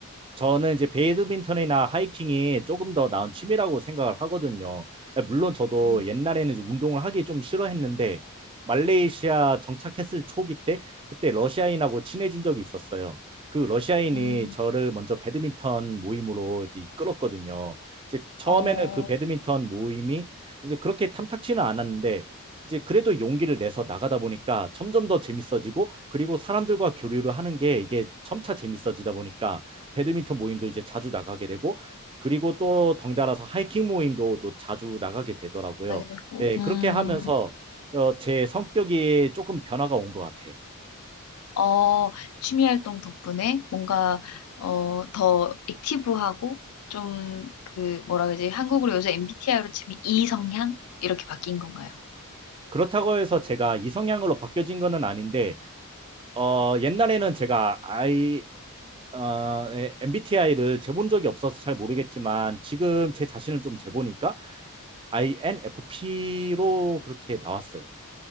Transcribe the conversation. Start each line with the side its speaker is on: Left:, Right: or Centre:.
Right: 저는 이제 배드민턴이나 하이킹이 조금 더 나은 취미라고 생각을 하거든요. 물론 저도
Left: 음,
Right: 옛날에는 이제 운동을 하기 좀 싫어했는데 말레이시아 정착했을 초기 때 그때 러시아인하고 친해진 적이 있었어요. 그 러시아인이
Left: 음,
Right: 저를 먼저 배드민턴 모임으로 이제 이끌었거든요. 이제 처음에는
Left: 어,
Right: 그 배드민턴 모임이 이제 그렇게 탐탁치는 않았는데 이제 그래도 용기를 내서 나가다 보니까 점점 더 재밌어지고 그리고 사람들과 교류를 하는 게 이게 점차 재밌어지다 보니까 배드민턴 모임도 이제 자주 나가게 되고 그리고 또 덩달아서 하이킹 모임도 또 자주 나가게 되더라고요.
Left: 하게 되고,
Right: 네,
Left: 음,
Right: 그렇게 하면서 어, 제 성격이 조금 변화가 온 것 같아요.
Left: 어, 취미 활동 덕분에 뭔가 어, 더 액티브하고 좀 그 뭐라 그러지? 한국으로 요새 MBTI로 치면 이성향 이렇게 바뀐 건가요?
Right: 그렇다고 해서 제가 이성향으로 바뀌어진 거는 아닌데 어, 옛날에는 제가 아이 어, MBTI를 재본 적이 없어서 잘 모르겠지만 지금 제 자신을 좀 재보니까 INFP로 그렇게 나왔어요.